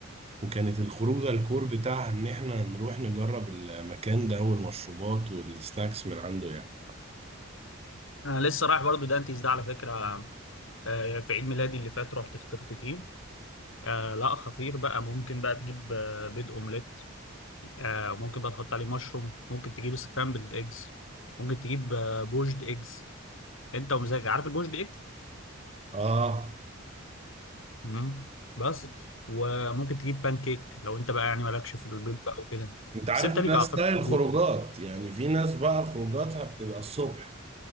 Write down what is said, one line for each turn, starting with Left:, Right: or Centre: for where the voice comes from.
Right: وكانت الخروجه الكور بتاعها ان احنا نروح نجرب المكان ده والمشروبات والسناكس من عنده يعني
Left: انا لسه رايح برضو دانتيز ده على فكره آه، في عيد ميلادي اللي فات رحت فطرت فيه آه لا خطير بقى ممكن بقى تجيب آه، بيض اومليت آه وممكن بقى تحط عليه مشروم ممكن تجيب سكرامبلد ايجز ممكن تجيب آه، بوجد ايجز انت ومزاجك عارف البوجد ايجز
Right: اه
Left: مم. بس وممكن تجيب بان كيك لو انت بقى يعني مالكش في البيض بقى وكده
Right: انت عارف
Left: بس انت
Right: ان
Left: ليك
Right: ده
Left: اعتقد
Right: ستايل
Left: في البيض
Right: خروجات يعني في ناس بقى خروجاتها بتبقى الصبح